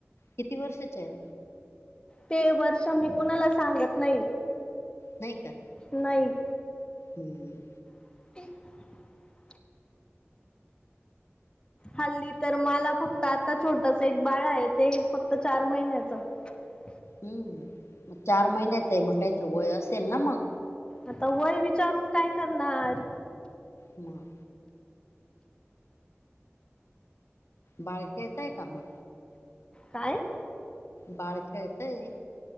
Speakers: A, on the left; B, on the left.
A: किती वर्षाच्या यत?
B: ते वर्ष मी कुणाला सांगत नाही.
A: नाही का?
B: नही.
A: हम्म.
B: <unintelligible> हल्ली तर माला फक्त आता छोटस एक बाळ आहे, ते फक्त चार महिन्याच. ह <unintelligible>
A: हम्, मग चार महिन्याच य, मग काहीतरी वय असेल ना मग?
B: आता वय विचारून, काय करणार?
A: मग. बाळ खेळतय का मग?
B: काय?
A: बाळ खेळेतय